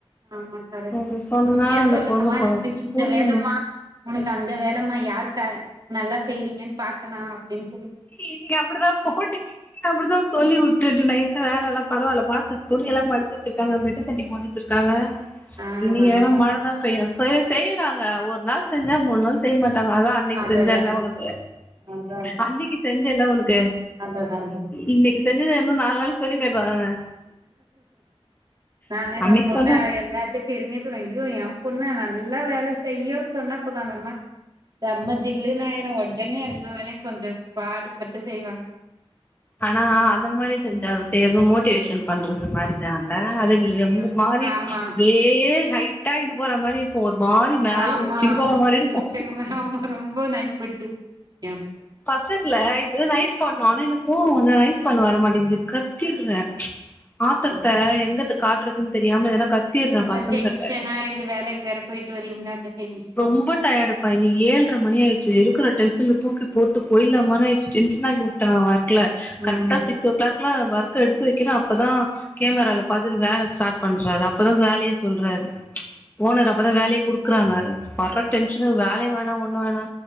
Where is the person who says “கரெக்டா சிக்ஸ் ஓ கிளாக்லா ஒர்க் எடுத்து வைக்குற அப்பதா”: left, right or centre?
Left